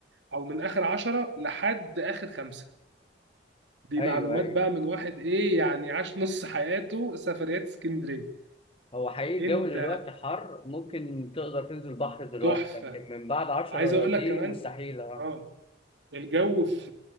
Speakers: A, on the right; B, on the left.
A: او من اخر 10 لحد اخر خمسة دي
B: ايوه
A: معلومات
B: ايوه
A: بقى من واحد ايه يعني عاش نص حياته سفريات اسكندريه
B: هو حقيقي الجو
A: انت
B: دلوقتي حر ممكن تقدر تنزل بحر دلوقتي
A: تحفه
B: لكن من بعد عشرة
A: عايز اقول لك
B: دي
A: كمان
B: مستحيله اه
A: اه الجو في